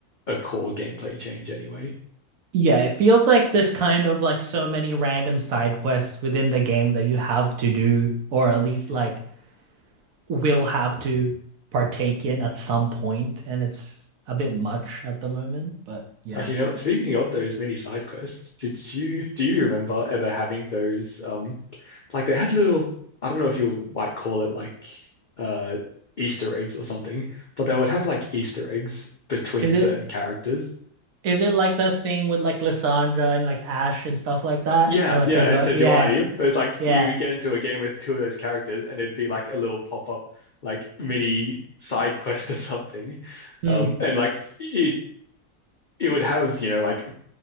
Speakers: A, on the left; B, on the right.
A: a core gameplay change anyway.
B: Yeah, it feels like there's kind of like so many random side quests within the game that you have to do, or at least
A: Mm-hmm.
B: like will have to partake in at some point, and it's a bit much at the moment, but yeah.
A: Actually, you know what? Speaking of those mini side quests, did you do you remember ever having those? Um, like they had little, I don't know if you might call it like uh Easter eggs or something, but they would have like Easter eggs between
B: Is it
A: certain characters.
B: is it like the thing with like Lissandra and like Ash and stuff like that?
A: Yeah,
B: And like
A: yeah,
B: Sejuani?
A: and Sejuani,
B: Yeah,
A: it was like
B: yeah.
A: you get into a game with two of those characters, and it'd be like a little pop up, like mini side quest <laughs> or something,
B: Hmm.
A: um, and like it it would have you know like